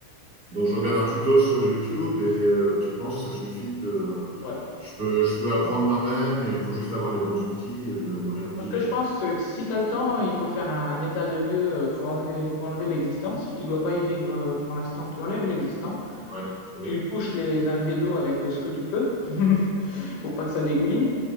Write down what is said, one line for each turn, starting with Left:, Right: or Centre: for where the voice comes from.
Right: Donc je regarde un tuto sur YouTube et euh, tu penses que ça suffit de...
Left: Ouais. Moi,
Right: Je peux, je peux apprendre moi-même et il faut juste avoir les bons outils et ne, ne rien oublier.
Left: ce que je pense, c'est que si tu as le temps, il faut faire un état de lieu, euh, faut enlever, faut enlever l'existant. Si tu dois pas y vivre euh, pour l'instant, tu enlèves l'existant.
Right: Ouais, ouais.
Left: Tu bouches les arrivées d'eau avec euh, ce que tu peux <laughs> pour pas que ça dégouline.